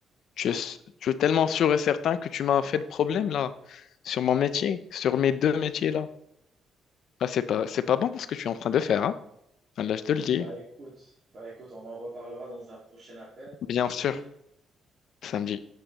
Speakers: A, on the left; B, on the right.
A: Tu es, tu es tellement sûr et certain que tu m'as fait de problème là, sur mon métier, sur mes deux métiers là. Ah, c'est pas, c'est pas bon ce que tu es en train de faire, hein. Là, je te le dis.
B: Bah écoute, bah écoute, on en reparlera dans un prochain appel.
A: Bien
B: Ça
A: sûr,
B: te dit?
A: samedi.